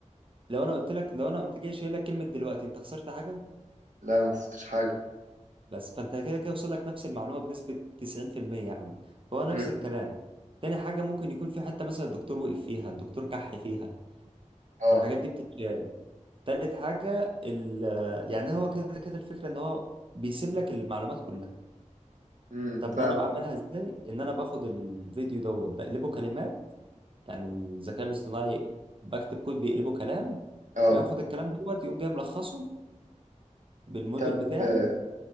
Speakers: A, on the right (about 40°); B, on the right (about 70°).
A: لو انا قلت لك لو انا قمت جاي شايل لك كلمه دلوقتي انت خسرت حاجه
B: لا ما قصدتش حاجة
A: بس فانت كده كده وصل لك نفس المعلومه بنسبه 90% يا عم فهو نفس
B: مم،
A: الكلام تاني حاجه ممكن يكون في حته مثلا الدكتور وقف فيها الدكتور كح فيها
B: اه
A: الحاجات دي بتتشال تالت حاجه ال يعني هو كده كده الفكره ان هو بيسيب لك المعلومات كلها
B: امم
A: طب
B: فاهم
A: انا بعملها ازاي ان انا باخد الفيديو دوت بقلبه كلمات يعني الذكاء الاصطناعي بكتب كود بيقلبه كلام
B: اه
A: وياخد الكلام دوت يقوم جاي ملخصه بالموديل
B: طب
A: بتاعي
B: آه،